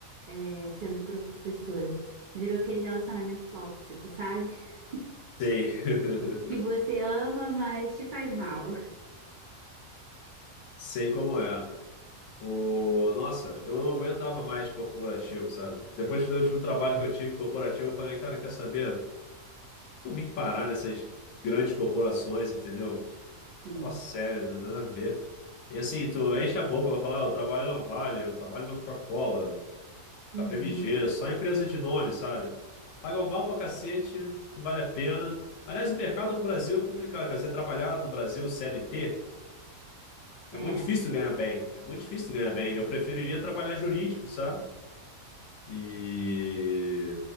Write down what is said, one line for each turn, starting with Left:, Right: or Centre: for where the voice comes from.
Right: é, sendo professora. Virou aquele relacionamento tóxico, sabe? <laughs>
Left: sei. <laughs>
Right: Que você ama, mas te faz mal.
Left: Sei como é. O... Nossa, eu não aguentava mais corporativo, sabe? Depois do último trabalho que eu tive corporativo, eu falei, cara, quer saber? Eu vim parar nessas grandes corporações, entendeu?
Right: Sim.
Left: Nossa, sério, não tem nada a ver. E assim, tu enche a boca, vai falar, "Ah, eu trabalho na Vale, eu trabalho na Coca-Cola, KPMG,
Right: Uhum.
Left: só empresa de nome, sabe? Paga um mal pra cacete, não vale a pena. Aliás, o mercado no Brasil é complicado, cara. Você trabalhar no Brasil CLT é
Right: É.
Left: muito difícil ganhar bem. É muito difícil ganhar bem. Eu preferiria trabalhar jurídico, sabe? E